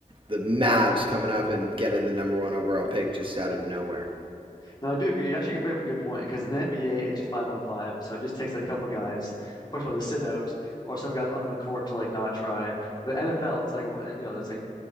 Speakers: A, on the right; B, on the left.
A: the Mavs coming up and getting the number one overall pick just out of nowhere.
B: No, I do agree. You actually could bring up a good point because in the NBA, it's just five on five. So it just takes like a couple guys, first
A: Yeah,
B: of all, to sit out or some guys on the court to like not try. But
A: yeah,
B: NFL, it's like, well, you know, there's like